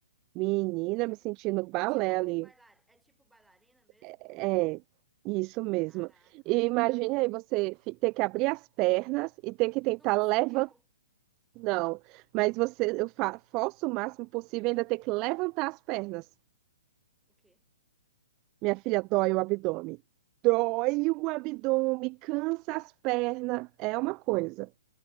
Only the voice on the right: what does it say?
Menina,
me
sentindo balé
ali.
É, isso mesmo.
E imagine aí você fi- ter que abrir as pernas e ter que tentar
levantar. Não, mas você, eu fa- forço o máximo possível e ainda ter que levantar as pernas.
Minha filha, dói o abdômen. Dói o abdômen, cansa as pernas. É uma coisa.